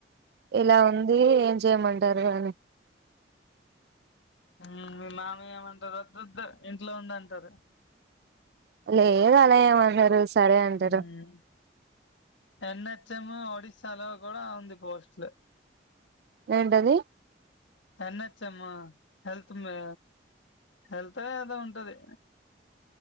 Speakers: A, on the right; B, on the left.
A: ఇలా ఉందీ ఏం చెయ్మంటారు అని.
B: ఊమ్ మి మామయ్యేమంటడు వొద్దొద్దు ఇంట్లో ఉండంటరు.
A: లేదలా ఏమనరు. సరే అంటారు
B: ఊమ్ ఎన్నెత్ చ్చెమో ఒడిస్సాలో గుడా ఉంది పోస్ట్లు.
A: ఏంటది.
B: ఎన్నెచ్చెమ్ము హెల్త్ మే. హెల్తో ఏదొ ఉంటది.